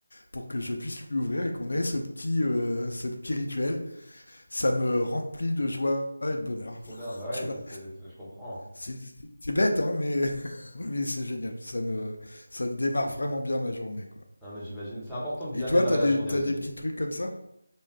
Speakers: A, on the left (about 65°); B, in the centre.
A: pour que je puisse lui ouvrir et qu'on ait ce petit euh, ce petit rituel. Ça me remplit de joie et
B: C'est
A: de bonheur.
B: trop, c'est trop
A: <laughs>
B: bien. Bah ouais,
A: Tu
B: c'est-
A: vois,
B: c'est- c'est- je comprends.
A: c'est c'est bête hein, mais <laughs> mais c'est génial. Ça me ça me démarre vraiment bien ma journée quoi.
B: Non, mais j'imagine. C'est important de bien
A: Et toi,
B: démarrer
A: t'as
B: la
A: des
B: journée
A: t'as
B: aussi.
A: des petits trucs comme ça